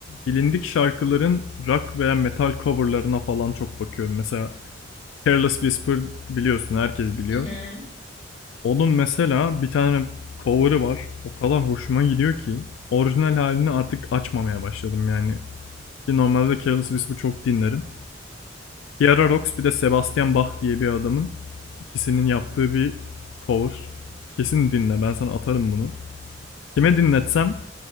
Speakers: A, on the left; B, on the left.
A: bilindik şarkıların rock veya metal coverlarına falan çok bakıyorum. Mesela Careless Whisper biliyorsun herkes biliyor.
B: Hı hı.
A: Onun mesela bir tane cover'ı var. O kadar hoşuma gidiyor ki orijinal halini artık açmamaya başladım yani. Ki normalde Careless Whisper çok dinlerim. Ciara Rocks bir de Sebastian Bach diye bir adamın ikisinin yaptığı bir cover. Kesin dinle ben sana atarım bunu. Kime
B: Evet.
A: dinletsem